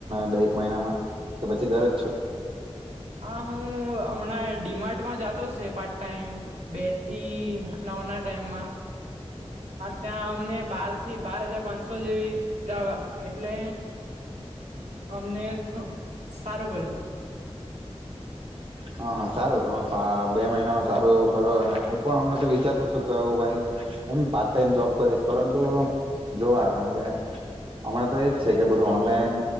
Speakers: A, on the right; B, on the right.
A: બે એક મહિનામાં કે પછી ઘરે જ છો
B: હા. હું હમણાં ડીમાર્ટમાં જતો છે પાર્ટ ટાઈમ બે થી નવ ના ટાઈમમાં ત્યાં અમને બાર થી બાર હજાર પાંચસો જેવીવા એટલે અમને સારું કરે
A: હા હા સારું બે મહિનામાં સારું એવું કરો અને હું પણ અમને તો વિચારતો છું કે હું કઈ હમ પાર્ટ ટાઈમ જોબ કરીશ પરંતુ જોવા કારણ કે હમણાં તો એજ છે કે બધું ઓનલાઈન